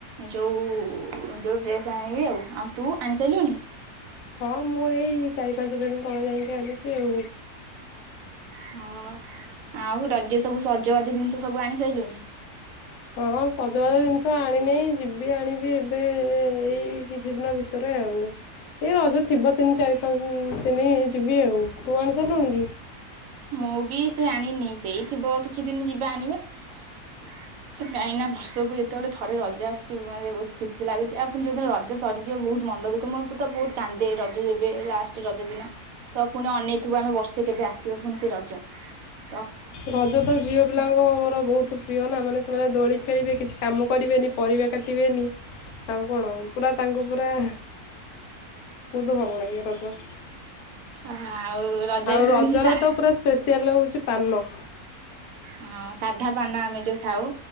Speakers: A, on the right; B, on the left.
A: ଯୋଉ ଉ ଯୋଉ ଡ୍ରେସ୍ ଆଣିବି ଆଉ। ଆଉ ତୁ ଆଣି ସାଇଲୁଣି?
B: ହଁ ମୁଁ ଏଇ ଚାରି ପାଞ୍ଚ ଦିନ ତଳେ ଯାଇକି ଆଣିଛି ଆଉ।
A: ହଁ ଆଉ ରଜ ସବୁ ସଜବାଜ ଜିନିଷ ସବୁ ଆଣି ସାଇଲୁଣି?
B: ହଁ ସଜବାଜ ଜିନିଷ ଆଣିନହି ଯିବି ଆଣିବି ଏବେ ଏଇ କିଛି ଦିନ ଭିତରେ। ଭିତରେ ଆଉ ଏଇ ରଜ ଥିବ ତିନି ଚାରି ପାଞ୍ଚ ଦିନଇ ଯିବି ଆଉ। ତୁ ଆଣି ସ ଲୁଣଗି?
A: ମୁଁ ବି ସେ ଆଣିନି ସେଇ ଥିବ କିଛି ଦିନ ଯିବା ଆଣିବା କଇଁ ନା ବର୍ଷକୁ ଯେତେବେଳେ ଥରେ ରଜା ଆସୁଛି। ମୋତେ ବହୁତ ଖୁସି ଲାଗୁଛି ଆଉ ପୁଣି ଯୋଉଦିନ ରଜ ସରିଯିବ ବହୁତ ମନ ଦୁଖ ମୁଁ ତ ବହୁତ କାନ୍ଦେ ରଜ ଯବେ ଲାଷ୍ଟ ରଜ ଦିନ ତ ପୁଣି ଅନେେଇଥିବୁ ଆମେ ବର୍ଷେ କେବେ ଆସୁ ଶିବ ଶୁଣସି ରଜ -
B: ରଜ ତ ଝିଅ ପିଲାଙ୍କ ମୋର ବହୁତ ପ୍ରିୟ ନା ମାନେ ସେମାନେ ଦୋଳି ଖେଳିବେ କିଛି କାମ କରିବେନି ପରିବା କାଟିବେନି ଆଉ କଣ ପୁରା ତାଙ୍କୁ ପୁରା ବହୁତ ଭଲ ଲାଗେ ରଜ
A: ଆଉ ରଜରେ
B: ଆଉ
A: ସେ
B: ରଜର
A: ପୁଣି ସେ ସା,
B: ତ ପୁରା ସ୍ପେଶଆଲ ହଉଛି ପାନ
A: ହଁ ସାଧା ପାନ ଆମେ ଯୋଉ ଖାଉ